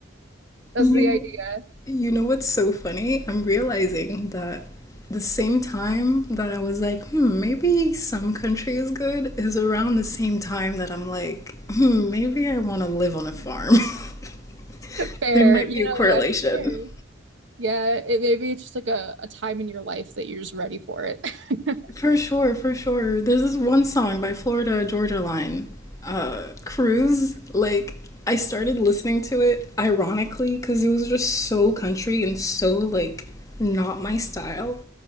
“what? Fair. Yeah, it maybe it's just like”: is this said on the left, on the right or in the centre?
Right